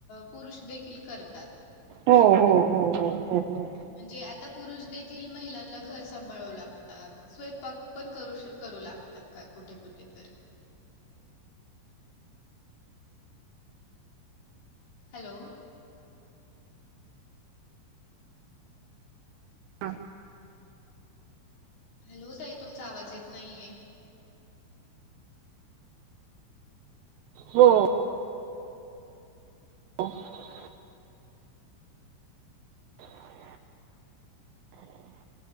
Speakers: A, on the left; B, on the right.
A: पुरुष देखील करतात.
B: हो हो हो हो हो हो.
A: म्हणजे आता पुरुष देखील महिलांना घर सांभाळू लागतात. स्वयंपाक पण करू करू लागतात का कुठे कुठे तर. हॅलो!
B: हां.
A: हॅलो ताई तुमचा आवाज येत नाहीये.
B: हो. हां. <inaudible>